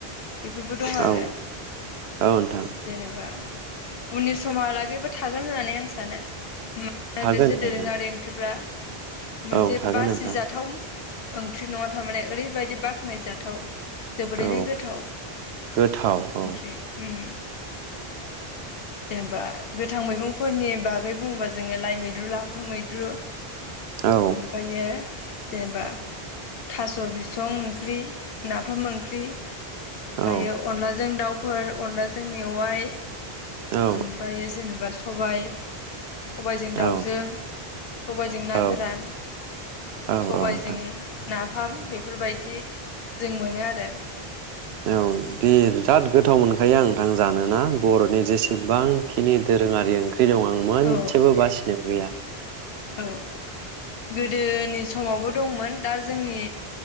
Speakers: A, on the left (about 70°); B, on the right (about 80°).
A: बेफोरबो दं आरो।
B: औ नोंथां
A: जेनेबा उननि समहालागैबो थागोन होननानै आं सानो। ओम
B: थागोन
A: बेसोर
B: थागोन
A: दोरोङारि ओंख्रिफ्रा। मोनसे
B: औ थागोन
A: बासिजाथाव
B: नोंथां
A: ओंख्रि नङा थारमाने ओरैबायदि बाख्नाय जाथाव जोबोरैनो
B: औ
A: गोथाव
B: गोथाव औ
A: ओंख्रि ओम। जेनेबा गोथां मैगंफोरनि बागै बुङोबा जोङो लाइ मैद्रु, लाफा मैद्रु
B: औ
A: ओमफ्रायो जेनेबा थास बिसं ओंख्रि, नाफाम ओंख्रि, ओमफ्रायो
B: औ
A: अनलाजों दाउ फोर अनलाजों मेवआइ
B: औ
A: ओमफ्रायो जेनेबा स बाय सबायजों दाउजों,
B: औ
A: सबायाइजों ना
B: औ
A: गोरान,
B: औ
A: सबायजों
B: नोंथां
A: ना फाम बेफोरबायदि जों मोनो आरो।
B: औ बि बिराद गोथाव मोनखायो आं नोंथां जानोना बरनि जेसेबांखिनि दोरोङारि ओंख्रि दं आं मोनसेबो
A: औ
B: बासिनायाव गैया।
A: औ गोदोनि समावबो दंमोन दा जोंनि